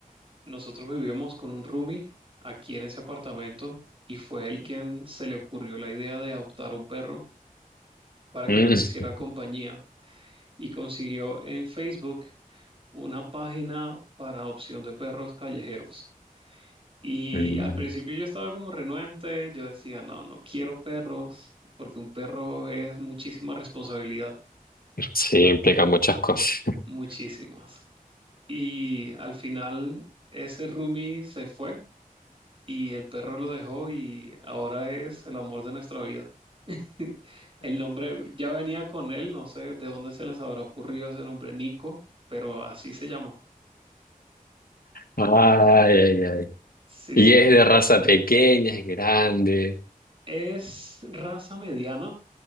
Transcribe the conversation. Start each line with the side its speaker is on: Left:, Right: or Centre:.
Right: nosotros vivíamos con un roomie aquí en ese apartamento y fue él quien se le ocurrió la idea de adoptar un perro para que
Left: Mm.
Right: nos hiciera compañía y consiguió en Facebook una página para adopción de perros callejeros. Y
Left: Mm,
Right: al principio yo estaba como renuente, yo decía, no, no quiero perros, porque un perro es muchísima responsabilidad,
Left: Sí, implica muchas cosas. <laughs>
Right: muchísimas. Y al final ese roomie se fue y el perro lo dejó y ahora es el amor de nuestra vida. <laughs> El nombre ya venía con él, no sé de dónde se les habrá ocurrido ese nombre, Nico, pero así se llama.
Left: Ay, ay, ay.
Right: Sí,
Left: ¿Y es de raza pequeña, es grande?
Right: es raza mediana